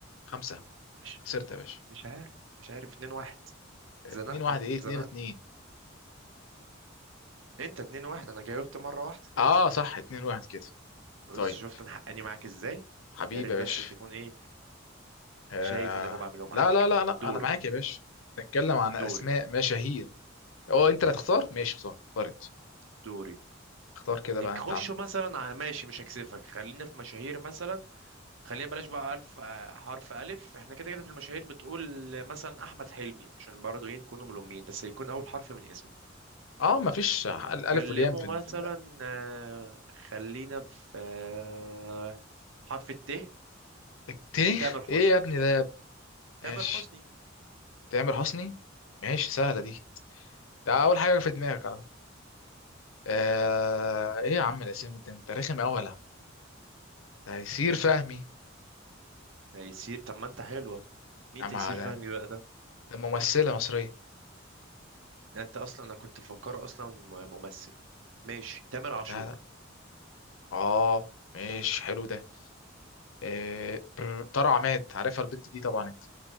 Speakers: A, on the left (about 85°); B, on the right (about 70°).
A: خمسه
B: مش
A: خسرت يا باشا
B: مش عارف مش عارف اتنين واحد
A: اتنين
B: زنقت
A: واحد
B: انا
A: ايه اتنين
B: زنقت
A: اتنين
B: انت اتنين واحد انا جاوبت مرة واحدة
A: اه صح اتنين واحد كده
B: بص
A: طيب
B: شفت انا حقاني معاك ازاي
A: حبيبي
B: يا ريت
A: يا
B: بس
A: باشا
B: تكون ايه
A: آه...
B: شايف اللي انا بعمله معاك
A: لا لا لا لا
B: دوري
A: انا معاك يا باشا نتكلم عن اسماء
B: دوري
A: مشاهير هو انت اللي هتختار ماشي اختار اختار انت
B: دوري
A: اختار كده
B: نخش
A: بقى انت عندك
B: مثلا على ماشي مش هكسفك خلينا في مشاهير مثلا خلينا بلاش بقى ألف آه، حرف ألف احنا كده كده في المشاهير بتقول مثلا أحمد حلمي عشان برضه ايه نكون ملومين بس يكون أول حرف من اسمه
A: اه مفيش
B: نكلمه
A: ال- الف والياء في ال...
B: مثلا
A: في ال...
B: آه، خلينا في آه، حرف الت
A: الت
B: تامر حسني
A: ايه يا ابني ده يا ابني؟ ماشي
B: تامر حسني
A: تامر حسني ماشي سهله دي ده اول حاجه في دماغك على طول آه... ايه يا عم الاسامي ده انت رخم قوي ولا تيسير فهمي
B: تيسير طب ما انت حلو اهو مين
A: يا عم
B: تيسير
A: ده
B: فهمي بقى ده
A: ده ممثله مصريه
B: ده انت اصلا انا كنت مفكره اصلا م- ممثل ماشي تامر عاشور
A: لا لا اه ماشي حلو ده آه، بر- طارق عماد عارفها البت دي طبعا انت